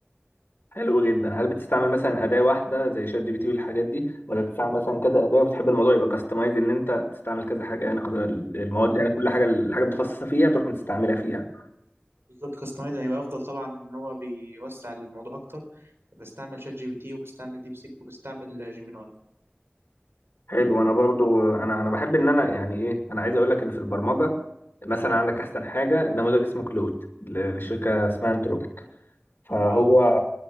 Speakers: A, on the left; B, on the right.
A: حلو جدا هل بتستعمل مثلا اداة واحدة زي شات جي بي تي والحاجات دي ولا بتستعمل مثلا كذا اداة وبتحب الموضوع يبقى كاستمايز ان انت تستعمل كذا حاجة يعني قدر ال- المواد
B: اه ك-
A: يعني كل حاجة الحاجة متخصصة فيها تروح متستعملها فيها
B: بالظبط كاستمايد هيبقى افضل طبعا ان هو بيوسع الموضوع اكتر بستعمل شات جي بي تي وبستعمل ديب سيك وبستعمل جيميناي
A: حلو انا برضو انا انا بحب ان انا يعني ايه انا عايز اقول لك ان في البرمجة مثلا عندك احسن حاجة نموذج اسمه كلود للشركة اسمها انتروبيك فهو
B: اه